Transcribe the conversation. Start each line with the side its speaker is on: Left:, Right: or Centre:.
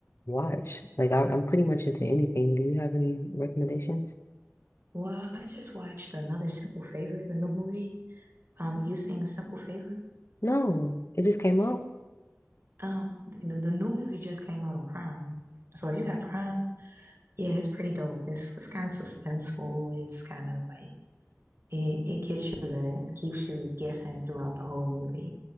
Left: watch. Like I, I'm pretty much into anything. Do you have any recommendations?
Right: Well, I just watched another Simple Favor, the new movie. Um, you seen the Simple Favor?
Left: No, it just came out.
Right: Um, the, the new movie just came out on Prime. So if you got Prime, yeah, it's pretty dope. It's it's kind of suspenseful. It's kind of like it, it gets you there. It keeps you guessing throughout the whole movie.